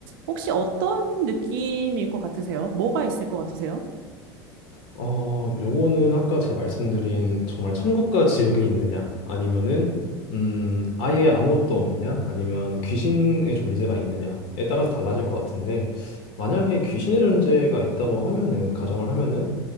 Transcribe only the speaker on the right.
혹시 어떤 느낌일 것 같으세요? 뭐가 있을 것 같으세요?